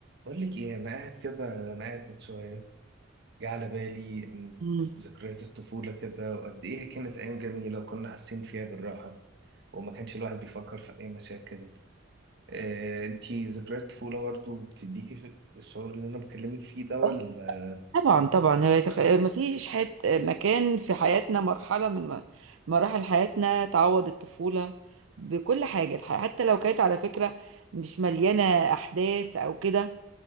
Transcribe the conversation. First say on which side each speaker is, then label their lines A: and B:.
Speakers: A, on the right (about 60°); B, on the right (about 80°).
A: بقول لك ايه انا قاعد كده انا قاعد من شويه جه على بالي إن
B: مم.
A: ذكريات الطفوله كده وقد ايه هي كانت ايام جميله وكنا حاسين فيها بالراحه وما كانش الواحد بيفكر في اي مشاكل آه، انتي ذكريات الطفوله برضو بتديكي ش- الشعور اللي انا بكلمك فيه ده ولا
B: آه، طبعا طبعا هو يتخ... آه، ما فيش حت... مكان في حياتنا مرحلة من م- مراحل حياتنا تعوض الطفولة بكل حاجة الح- حتى لو كانت على فكرة مش مليانة أحداث أو كده